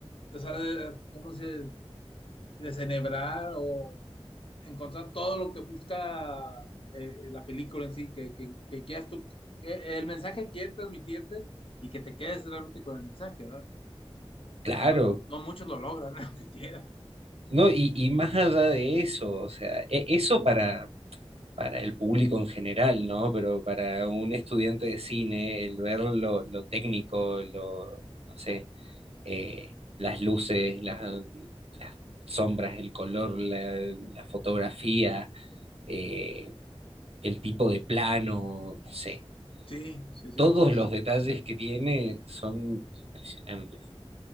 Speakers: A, on the left; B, on the right.
A: sea, de- ¿cómo se desenhebrar o encontrar todo lo que busca eh, la película en sí, que, que, que quieras tú, que el mensaje que quiere transmitirte y que te quedes realmente con el mensaje, ¿verdad?
B: claro.
A: Que no, to- no muchos lo logran, <laughs> lo que quieran.
B: No, y, y más allá de eso, o sea, e- eso para, para el público en general, ¿no? Pero para un estudiante de cine, el ver lo, lo técnico, lo, no sé, eh, las luces, las, las sombras, el color, la,
A: Sí,
B: la fotografía, eh, el tipo de plano, no sé,
A: sí, sí, sí,
B: todos
A: sí.
B: los detalles que tiene son impresionantes. <laughs>